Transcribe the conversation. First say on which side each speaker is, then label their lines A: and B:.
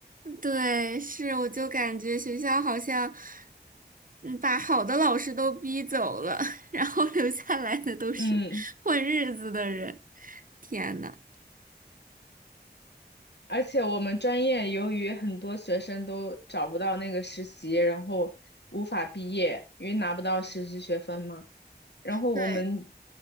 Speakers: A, on the right; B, on the left.
A: 对，是，我就感觉学校好像嗯把好的老师都逼走了，<laughs> 然后留下来的都是混日子的人。
B: 嗯。
A: 天呐，
B: 而且我们专业由于很多学生都找不到那个实习，然后无法毕业，因为拿不到实习学分嘛。然后我们
A: 对，